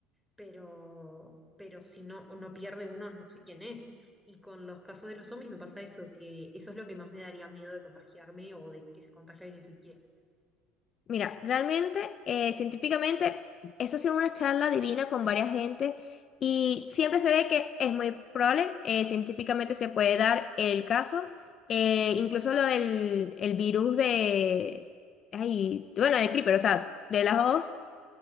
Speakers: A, in the centre; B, on the left (about 40°).
A: pero, pero si no, no pierde uno, no sé quién es. Y con los casos de los zombies me pasa eso, que eso es lo que más me daría miedo de contagiarme o de que se contagie alguien que quiero.
B: Mira, realmente, eh, científicamente, eso ha sido una charla divina con varias gente y siempre se ve que es muy probable, eh, científicamente se puede dar el caso, eh, incluso lo del el virus de, ay, bueno, del creeper, o sea, de las dos.